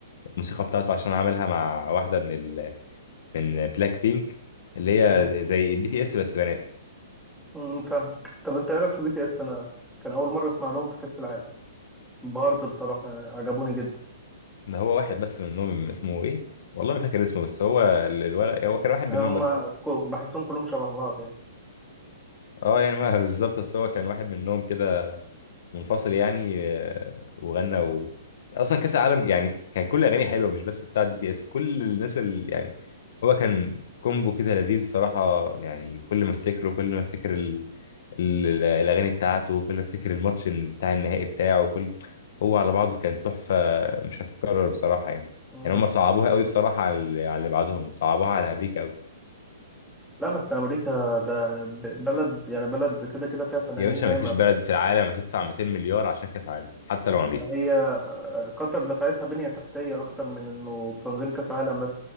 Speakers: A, on the left; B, in the centre.
A: الموسيقى بتاعته عشان عملها مع واحدة من ال... من بلاك بينك اللي هي
B: مم.
A: زي بي تي اس بس بنات
B: مم، فاهمك طب انت ايه رايك في بي تي اس انا كان اول مره اسمع لهم في كاس العالم انبهرت بصراحه يعني عجبوني جدا
A: ده هو واحد بس منهم اسمه ايه والله ما فاكر اسمه بس هو ال- الولد هو كان واحد منهم
B: هم
A: بس
B: بحسهم كلهم شبه بعض يعني
A: اه يعني ما <laughs> بالظبط بس هو كان واحد منهم كده منفصل يعني آه، وغنى و... اصلا كاس العالم يعني كان كل اغاني حلوه مش بس بتاعت بي تي اس كل الناس اللي يعني هو كان كومبو كده لذيذ بصراحه يعني كل ما افتكره كل ما افتكر ال- ال- الاغاني بتاعته كل ما افتكر الماتش بتاع النهائي بتاعه كل هو على بعضه كان تحفه مش هتتكرر بصراحه يعني
B: مم.
A: يعني هم صعبوها قوي بصراحه على ال- على اللي بعدهم صعبوها على امريكا قوي
B: لا بس امريكا ده ب- بلد يعني بلد كده كده فيها فنانين
A: يا باشا
B: ياما
A: ما فيش بلد في العالم هتدفع 200 مليار عشان كاس عالم حتى لو امريكا
B: فما هي آه، قطر دفعتها بنية تحتية اكتر من انه تنظيم كاس عالم بس